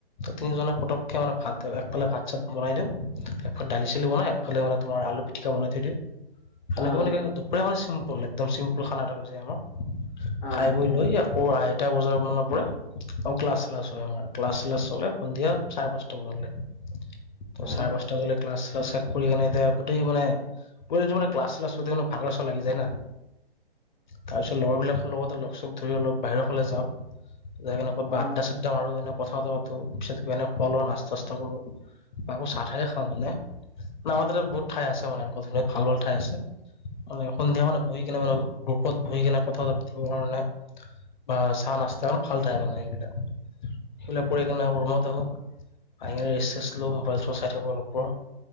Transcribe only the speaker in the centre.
অ
অ'
হয়
অ